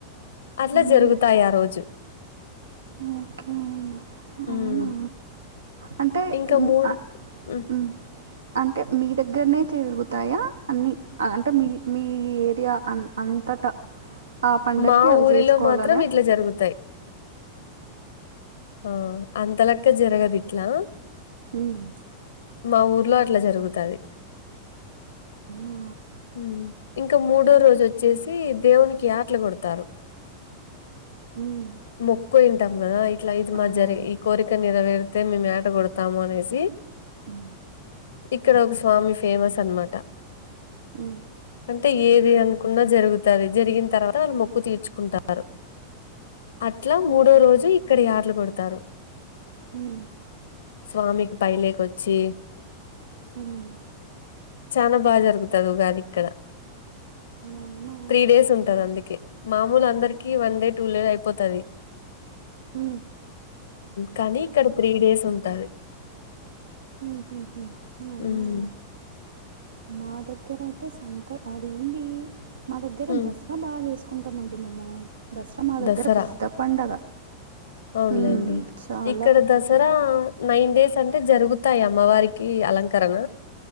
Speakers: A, on the left; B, on the right.
A: అట్లా
B: మ్మ్.
A: జరుగుతాయి ఆ రోజు
B: ఓకే
A: ఉమ్
B: అవునా! అంటే
A: ఇంకా
B: మ్,
A: మూడు
B: ఆ,
A: ఉ
B: మ్, అంటే మీ దగ్గరనే తిరుగుతాయా అన్నీ అంటే మీ మీ ఏరియా అన్ అంతటా ఆ పండక్కి
A: మా
B: అవి
A: ఊరిలో
B: జేసుకోవాలనా
A: మాత్రం ఇట్లా జరుగుతాయి ఆ అంతలక్క జరగదు ఇట్లా
B: ఉమ్
A: మా ఊర్లో అట్ల జరుగుతాది
B: అవునా
A: ఊ ఇంక మూడో
B: ఏ
A: రోజు వోచ్చేసి కీ దేవునికి యాటలు కొడతారు
B: ఉమ్
A: మొక్కు ఇంటామ్ గదా ఐతే ఇట్లా ఇది
B: అవునవును
A: మా జరిగే ఈ కోరిక నెరవేరితే మేము యాట గొడుతాము అనేసి
B: ఉమ్
A: ఇక్కడ ఒక స్వామి ఫేమస్ అన్మాట
B: ఊ
A: అంటే ఏది అనుకున్నా జరుగుతాది జరిగిన తర్వాత వాళ్ళు మొక్కు తీర్చుకుంటారు. అట్లా మూడో రోజు ఇక్కడి యాటలు గొడుతారు
B: ఊ
A: స్వామికి పైలేక ఒచ్చి
B: ఉ.. ఉ.. ఊ
A: చానా బా జరుగుతాది ఉగాధిఇక్కడ
B: అవునా
A: త్రీ డేస్ ఉంటది అందుకే మామూలు అందరికి వన్ డే టూ లే అయిపోతాది.
B: ఊ
A: కానీ ఇక్కడ త్రీ డేస్ ఉంటాది.
B: ఊ ఉ ఉ
A: హ్మ్.
B: ఊ మా దగ్గరైతే సంకల్ అదేంది. మా దగ్గర
A: హ్మ్.
B: దసరా బాగ చేసుకుంటామండి మేము దసరా మా దగ్గర
A: దసరా
B: పెద్ద పండగ
A: అవునులేండి.
B: ఉమ్ చాలా
A: ఇక్కడ
B: పెద్ద
A: దసరా!
B: పండగ
A: నైన్ డేస్ అంటే జరుగుతాయి అమ్మవారికి అలంకరణ